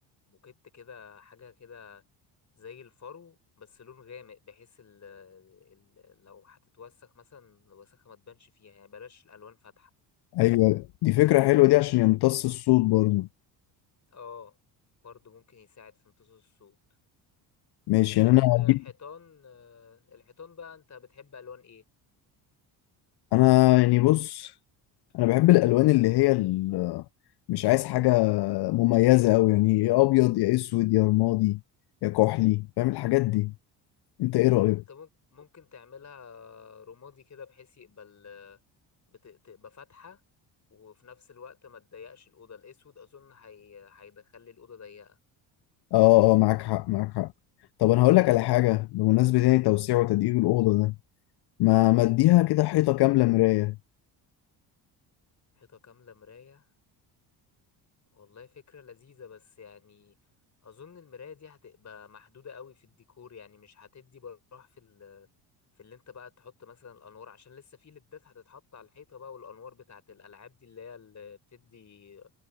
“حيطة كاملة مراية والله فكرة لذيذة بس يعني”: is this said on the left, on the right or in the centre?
Left